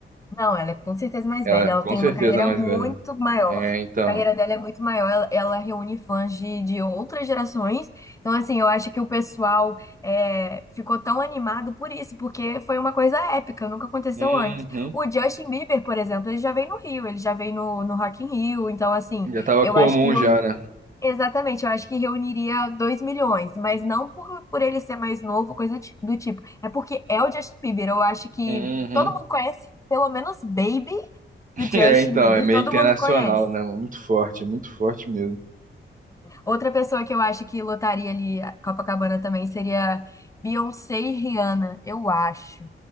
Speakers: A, on the left (about 15°); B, on the right (about 40°).
A: Não, ela é com certeza mais
B: Ela,
A: velha. Ela
B: com
A: tem
B: certeza,
A: uma carreira
B: é mais
A: muito
B: velha, né?
A: maior.
B: É, então.
A: A carreira dela é muito maior. Ela, ela reúne fãs de, de outras gerações. Então, assim, eu acho que o pessoal é, ficou tão animado por isso, porque foi uma coisa épica, nunca aconteceu
B: Uhum.
A: antes. O Justin Bieber, por exemplo, ele já veio no Rio, ele já veio no, no Rock in Rio. Então, assim,
B: Já tava
A: eu
B: comum
A: acho que
B: já, né?
A: Exatamente, eu acho que reuniria 2 milhões, mas não por, por ele ser mais novo, coisa ti- do tipo. É porque é o Justin Bieber, eu acho que
B: Uhum.
A: todo mundo conhece, pelo menos Baby
B: <laughs>
A: do
B: É,
A: Justin
B: então,
A: Bieber,
B: é meio
A: todo
B: internacional,
A: mundo conhece.
B: né? Muito forte, muito forte mesmo.
A: Outra pessoa que eu acho que lotaria ali a Copacabana também seria Beyoncé e Rihanna, eu acho.